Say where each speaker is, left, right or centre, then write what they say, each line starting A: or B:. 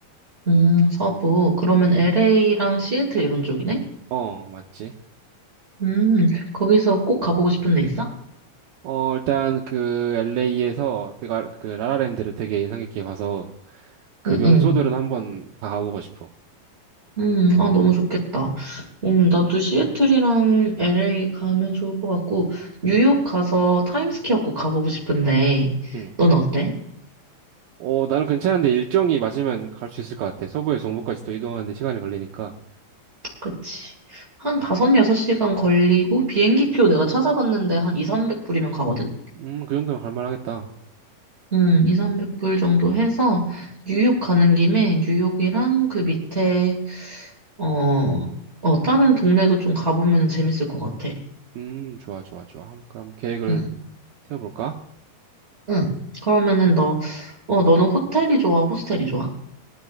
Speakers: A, on the right; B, on the right.
A: 음, 서부. 그러면 LA랑 시애틀 이런 쪽이네?
B: 어, 맞지.
A: 음, 거기서 꼭 가보고 싶은 데 있어?
B: 어, 일단 그 LA에서 내가 그 라라랜드를 되게 인상 깊게 봐서 그
A: 응,
B: 명소들은
A: 응.
B: 한번 다 가보고 싶어.
A: 음, 아, 너무 좋겠다. 음, 나도 시애틀이랑 LA 가면 좋을 것 같고, 뉴욕 가서 타임스퀘어 꼭 가보고 싶은데,
B: 응.
A: 넌 어때?
B: 어, 나는 괜찮은데 일정이 맞으면 갈 수 있을 것 같아. 서부에서 동부까지 또 이동하는데 시간이 걸리니까.
A: 그치. 한 다섯 여섯 시간 걸리고, 비행기 표 내가 찾아봤는데 한 2, 300불이면 가거든?
B: 음, 그 정도면 갈만하겠다.
A: 음, 2, 300불 정도 해서, 뉴욕 가는 김에 뉴욕이랑 그 밑에 어, 어, 다른 동네도 좀 가보면 재밌을 것 같아.
B: 음, 좋아, 좋아, 좋아. 한번 그럼 계획을
A: 응,
B: 세워볼까?
A: 응. 그러면은 너, 어, 너는 호텔이 좋아, 호스텔이 좋아?